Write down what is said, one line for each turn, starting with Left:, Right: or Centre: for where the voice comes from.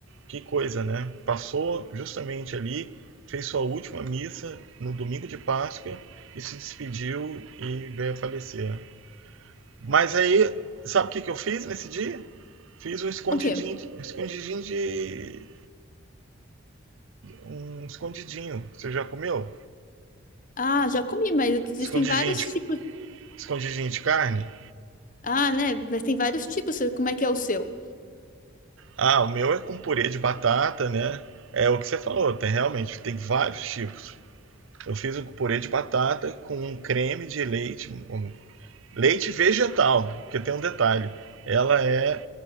Right: Que coisa, né? Passou justamente ali, fez sua última missa no domingo de Páscoa e se despediu e veio a falecer. Mas aí, sabe o que, que eu fiz nesse dia? Fiz um escondidinho,
Left: O quê?
Right: um escondidinho de. Um escondidinho. Você já comeu?
Left: Ah, já comi, mas existem
Right: Escondidinho
Left: vários
Right: de,
Left: tipos.
Right: escondidinho de carne?
Left: Ah, né? Mas tem vários tipos. Como é que é o seu?
Right: Ah, o meu é com purê de batata, né? É o que você falou, tem realmente, tem vários tipos. Eu fiz um purê de batata com um creme de leite, um leite vegetal, porque tem um detalhe. Ela é,